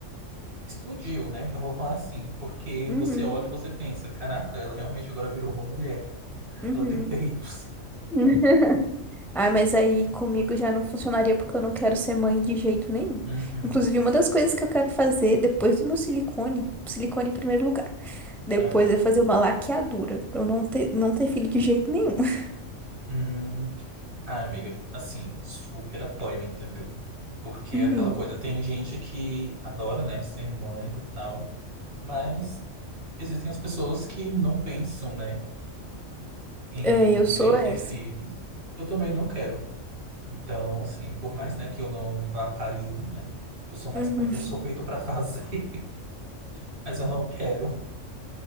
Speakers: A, on the right; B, in the centre.
A: Explodiu, né? Eu vou falar assim, porque
B: Uhum,
A: você
B: uhum,
A: olha e você pensa, caraca, ela realmente agora virou uma mulher.
B: uhum.
A: Ela tem peitos.
B: <laughs> Ah, mas aí comigo já não funcionaria porque eu não quero ser mãe de jeito nenhum.
A: Uhum,
B: Inclusive, uma das coisas que eu quero fazer depois do meu silicone, silicone em primeiro lugar. Depois
A: aham.
B: é fazer uma laqueadura, pra eu não ter, não ter filho de jeito nenhum. <laughs>
A: Hum, ah, amiga, assim, super apoio, entendeu? Porque
B: Uhum.
A: é aquela coisa, tem gente que adora, né, ser mãe e tal, mas existem as pessoas que não pensam, né, em
B: É, eu
A: querer
B: sou essa.
A: ter filhos. Eu também não quero. Então, assim, por mais, né, que eu não vá parir um, né, eu sou mais,
B: Uhum.
A: pra- eu sou feito pra fazer, <laughs> mas eu não quero.